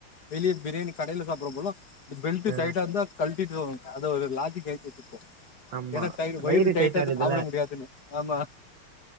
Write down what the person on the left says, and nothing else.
வெளிய பிரியாணி கடைல சாப்படும்போதுலா ந்த பெல்ட்
டைட்டாருந்தா கழ் ட்டிட்டுதா வருவாங் அது ஒரு லாஜிக் ஆயி போச்சு இப்போ
ஏன்னா டை வயிறு டைட்டாருந்தா
சாப்ட முடியாதுன்னு ஆமா